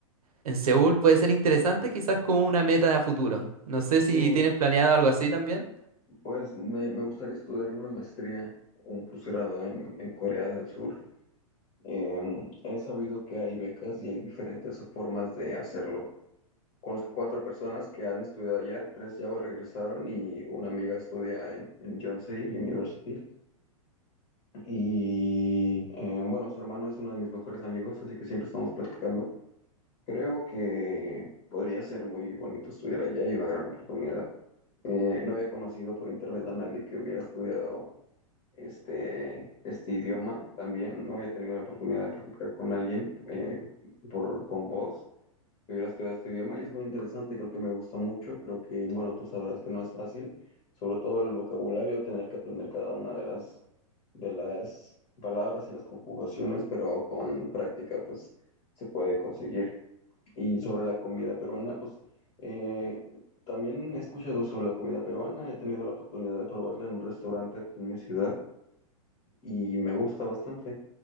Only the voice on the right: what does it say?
en Seúl puede ser interesante, quizás como una meta a futuro. No sé si
tienes planeado algo así también.